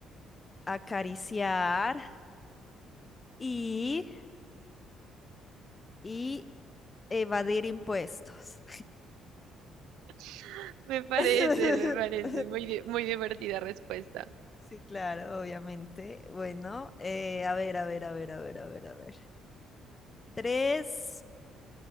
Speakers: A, on the left (about 25°); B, on the right (about 80°).
A: acariciar y, y evadir impuestos.
B: <gasps> Me parece,
A: <laughs>
B: me parece. Muy, di- muy divertida respuesta.
A: Sí, claro, obviamente. Bueno, eh, a ver, a ver, a ver, a ver, a ver, a ver. Tres,